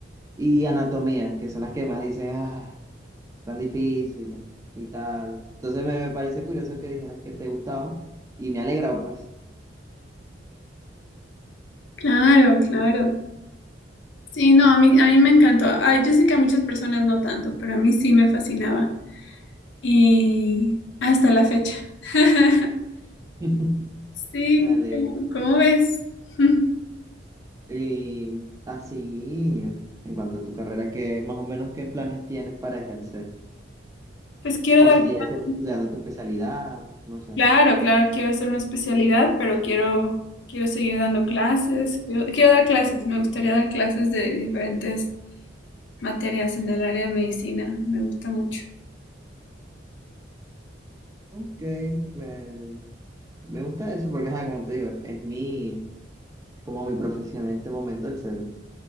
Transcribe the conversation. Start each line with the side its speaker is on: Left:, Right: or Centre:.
Right: y anatomía, que son las que más dicen, ah. tan difíciles y tal. Entonces me, me parece curioso que dijeras que te gustaban y me alegra, pues.
Left: Claro, claro. Sí, no, a mí, a mí me encantó. Ay, yo sé que a muchas personas no tanto, pero a mí sí me fascinaba. Y hasta la fecha. <laughs>
Right: <laughs>
Left: Sí,
Right: Me alegra.
Left: ¿cómo, cómo ves? <laughs>
Right: Y así, en cuanto a tu carrera, ¿qué más o menos qué planes tienes para ejercer?
Left: Pues quiero
Right: O
Left: dar
Right: si quieres
Left: clases.
Right: seguir estudiando tu especialidad, no sé.
Left: Claro, claro, quiero hacer una especialidad, pero quiero, quiero seguir dando clases. Quiero, quiero dar clases, me gustaría dar clases de diferentes materias en el área de medicina, me gusta mucho.
Right: Ok, me, me gusta eso porque, ajá, como te digo, es mi, es como mi profesión en este momento el ser